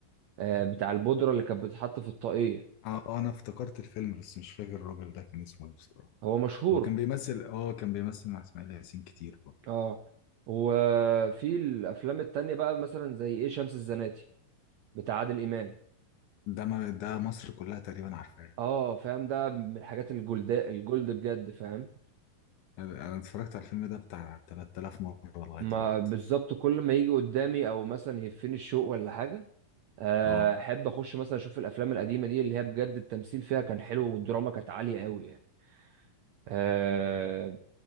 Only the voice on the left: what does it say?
اه آه، انا افتكرت الفيلم بس مش فاكر الراجل ده كان اسمه ايه بصراحة
هو كان بيمثل اه كان بيمثل مع اسماعيل ياسين كتير برضه
ده ما ده مصر كلها تقريبا عارفاه
انا أنا اتفرجت على الفيلم ده بتاع 3000 مرة لغاية
دلوقتي
اه